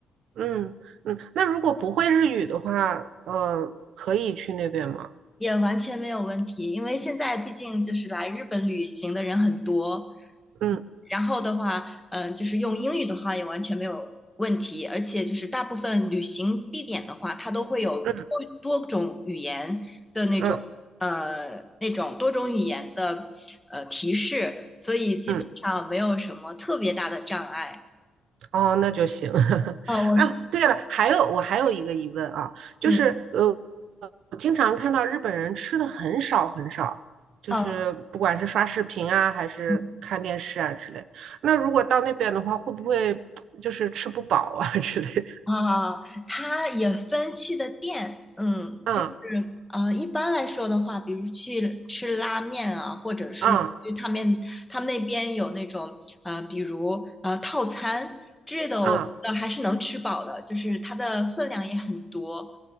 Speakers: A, on the right; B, in the centre.
A: 嗯嗯。那如果不会日语的话，呃，可以去那边吗？
B: 也完全没有问题，因为现在毕竟就是来日本旅行的人很多，
A: 嗯
B: 嗯然后的话，呃，就是用英语的话也完全没有问题，而且就是大部分旅行地点的话，它都会有多多种语言的那种，
A: 嗯嗯
B: 呃，那种多种语言的呃提示，所以基本上没有什么特别大的障碍。
A: 嗯。哦，那就行。<laughs>
B: 嗯，我是，
A: 啊，对了，还有我还有一个疑问啊，就是呃，
B: 嗯，
A: 我经常看到日本人吃的很少很少，就是不管是刷视频啊，
B: 嗯，
A: 还是看电视啊之类。
B: 嗯。
A: 那如果到那边的话，会不会就是吃不饱啊 <laughs> 之类的？
B: 啊，它也分去的店，嗯，
A: <laughs> 嗯
B: 就是呃，一般来说的话，比如去吃拉面啊，或者是去他们他们那边有那种呃，
A: 嗯
B: 比如呃套餐之类的，
A: 嗯
B: 我觉得还是能吃饱的，就是它的分量也很多。